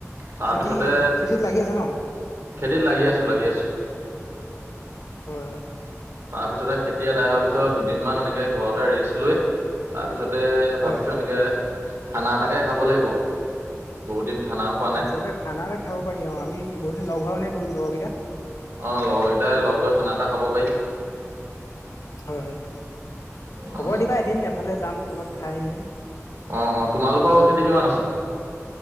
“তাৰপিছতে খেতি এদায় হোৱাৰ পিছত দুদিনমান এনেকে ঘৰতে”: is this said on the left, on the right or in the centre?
Right